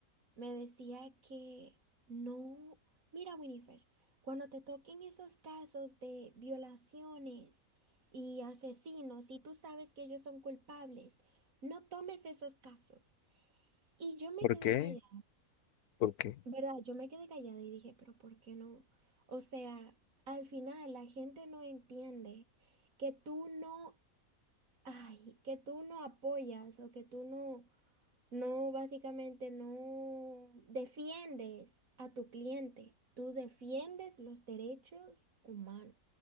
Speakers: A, on the right; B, on the left.
A: Me decía que no, mira Winifred, cuando te toquen esos casos de violaciones y asesinos y tú sabes que ellos son culpables, no tomes esos casos. Y yo me
B: ¿Por
A: quedé
B: qué?
A: callada,
B: ¿Por qué?
A: ¿verdad? Yo me quedé callada y dije, pero ¿por qué no? O sea, al final la gente no entiende que tú no, ay, que tú no apoyas o que tú no... No, básicamente no defiendes a tu cliente, tú defiendes los derechos humanos,